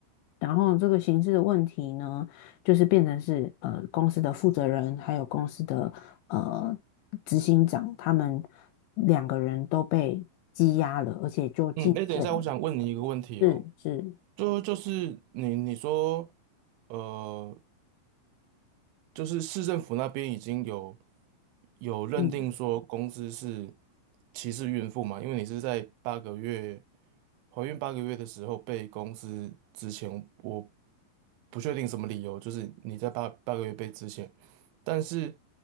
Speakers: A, on the left (about 85°); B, on the right (about 80°).
A: 然后这个刑事的问题呢，就是变成是呃公司的负责人还有公司的呃执行长他们两个人都被羁押了，而且就进监了。
B: 嗯，哎，等一下，我想问你一个问题哦，
A: 是是，
B: 就就是你你说，呃，就是市政府那边已经有有认定说公司是
A: 嗯，
B: 歧视孕妇嘛？因为你是在八个月。怀孕八个月的时候被公司之前，我不确定什么理由，就是你在八八个月被之前，但是